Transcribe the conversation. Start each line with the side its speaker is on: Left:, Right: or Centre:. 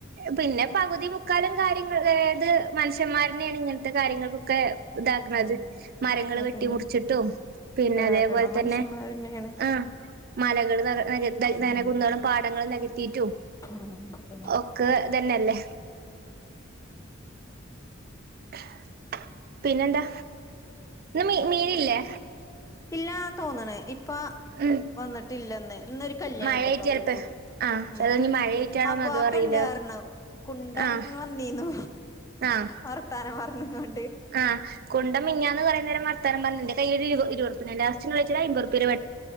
Right: പിന്നെ പകുതി മുക്കാലും കാര്യങ്ങൾ അതായത് മനുഷ്യന്മാരുടെയാണ് ഇങ്ങനത്തെ കാര്യങ്ങൾക്ക ക്കെ ഇതാക്കണത്
Left: ഉം
Right: മരങ്ങള്
Left: അതന്നെ
Right: വെട്ടി മുറിച്ചിട്ടും പിന്നെ
Left: കാരണം
Right: അതേപോലെ
Left: മനുഷ്യന്മാരന്നെയാണ്
Right: തന്നെ ആ മലകൾ നികത്ത
Left: ആഹ്
Right: കുന്ന് പാടങ്ങൾ നി ത്തീട്ടും
Left: ഉം അതന്നെ
Right: ഓക്കെ തന്നെയല്ലേ <inaudible> പിന്നെന്താ ഇന്ന് മീൻ ഇല്ലേ
Left: ഇല്ലാന്ന തോന്ന്ണേ ഇപ്പ
Right: ഉം
Left: വന്നി ട്ടില്ലെന്ന് ഇന്നൊരു കല്യാൺണ്ട്
Right: മഴയായിട്ട്
Left: ഉപ്പാക്ക്
Right: ചെലപ്പോ
Left: മറ്റും
Right: ആഹ്
Left: ഉം
Right: ചെലപ്പോ ഇനി മഴയായിട്ടാണോന്ന്
Left: അബുആക്ക
Right: അതും അറിയില്ല
Left: ണ്ട് അർഞ്ഞു കുണ്ടൻ
Right: ആഹ്
Left: ഇന്ന് വന്നീന്നു
Right: ആഹ്
Left: വർത്താനം പറഞ്ഞു ആ്
Right: ആഹ് കുണ്ട മിൻഞ്ഞാന്ന് കൊറേ നേരം വർത്താനം പറഞ്ഞി തൈര് ഇരുവർപ്യനെ ലാസ്റ്റ് നൈറ്റിൽ അയാമ്പർപൊരു